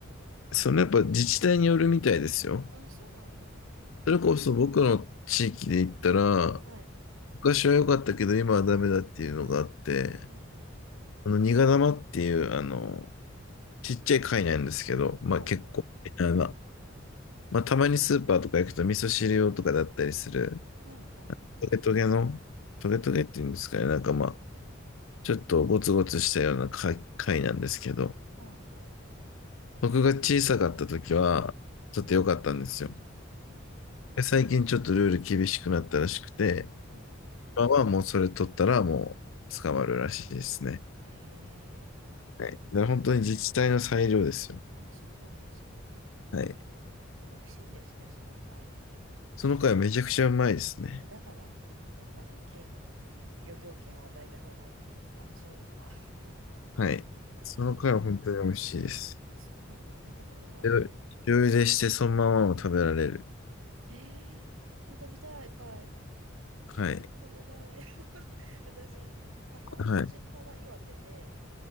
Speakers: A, on the left; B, on the right.
A: そのやっぱ自治体によるみたいですよ。
B: あ、そうなんだ。へ
A: それこそ僕の地域で言ったら、
B: えはい。
A: 昔は良かったけど今はダメだっていうのがあって、
B: うんうん。
A: あの、ニガ玉っていう、あの、
B: おう、
A: ちっちゃい貝なんですけど、まあ結構、
B: おう、おう。
A: あのまあたまにスーパーとか行くと味噌汁用とかだったりする、
B: はんはん。
A: トゲトゲの、トゲトゲっていうんですかね、なんかまあ、ちょっとゴツゴツしたような貝貝なんですけど、
B: はあは
A: 僕が小さかった時は、ちょっと良かったんですよ。
B: あ。あー
A: で最近ちょっとルール厳しくなったらしくて、
B: うんうん。
A: 今はもうそれ取ったらもう捕まるらしいですね。
B: へえ。
A: はい。だから本当に自治体の裁量ですよ。
B: あ、そうなんですね。
A: はい。
B: 美味しいんですか、その貝。
A: その貝めちゃくちゃうまいですね。
B: あ、だから、やっぱり、県、漁業権を与えた方がいいのか、そういうのは。
A: はい。
B: <laughs>
A: その貝は本当に美味しいです。
B: へえ。あ、そうなんだ。食べたことない。
A: 醤油でしてそのままも食べられる。
B: へえ。あ食べたい、貝。
A: はい。
B: 食べたい。<laughs> 私、母親の実家が岩手で、
A: はい。